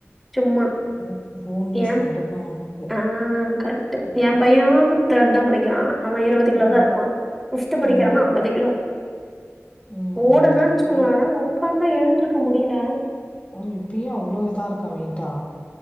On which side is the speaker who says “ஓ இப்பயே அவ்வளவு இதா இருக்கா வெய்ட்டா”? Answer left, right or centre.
Left